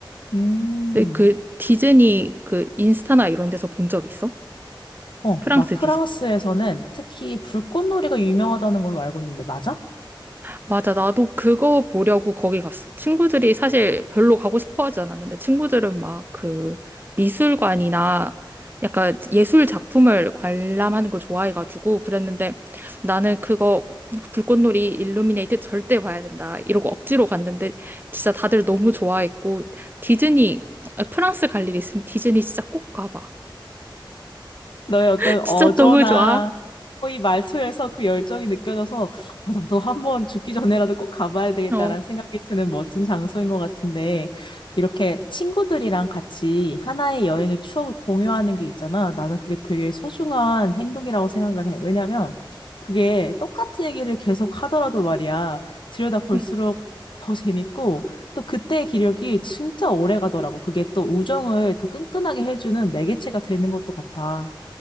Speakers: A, on the left (about 70°); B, on the right (about 25°).
A: 음.
B: 근데 그 디즈니 그 인스타나 이런 데서 본 적 있어?
A: 어,
B: 프랑스
A: 막 프랑스에서는 특히 불꽃놀이가 유명하다는 걸로 알고 있는데, 맞아?
B: 맞아. 나도 그거 보려고 거기 갔어. 친구들이 사실 별로 가고 싶어 하지 않았는데 친구들은 막 그 미술관이나 약간 예술 작품을 관람하는 걸 좋아해가지고 그랬는데 나는 그거 불꽃놀이 일루미네이트 절대 봐야 된다. 이러고 억지로 갔는데 진짜 다들 너무 좋아했고 디즈니, 아, 프랑스 갈 일 있으면 디즈니 진짜 꼭 가봐.
A: 너의 어떤
B: <laughs> 진짜
A: 어조나
B: 너무 좋아.
A: 이 말투에서 그 열정이 느껴져서 아, 나도 한 번 죽기 전에라도 꼭 가봐야 되겠다라는
B: 어.
A: 생각이 드는 멋진 장소인 것 같은데 이렇게 친구들이랑 같이 하나의 여행의 추억을 공유하는 게 있잖아. 나는 그게 되게 소중한 행동이라고 생각을 해. 왜냐면 그게 똑같은 얘기를 계속 하더라도 말이야. 들여다 볼수록
B: 응.
A: 더 재밌고 또 그때의 기력이 진짜 오래 가더라고. 그게 또 우정을 더 끈끈하게 해주는 매개체가 되는 것도 같아.